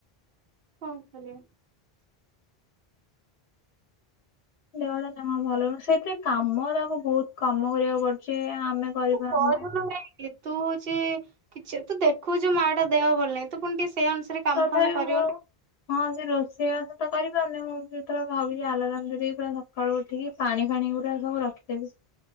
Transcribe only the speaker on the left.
ଦେହଟା ଜମା ଭଲ ନୁହେଁ। ସେଇଥିରେ କାମ ତାକୁ ବହୁତ କାମ କରିବାକୁ ପଡୁଛି ଆମେ କରିପାରୁନୁ।
ତଥାପି
ମୁଁ
ହଁ ସେ ରୋଷେଇବାସ ତ କରିପାରୁନି। ମୁଁ ଯେତେବେଳେ ଭାବୁଛି ଆଲାରାମ ଦେଇକି ପରୁ ସକାଳୁ ଉଠିକି ପାଣି ଫାଣି ପୁରା ସବୁ ରଖିଦେବି।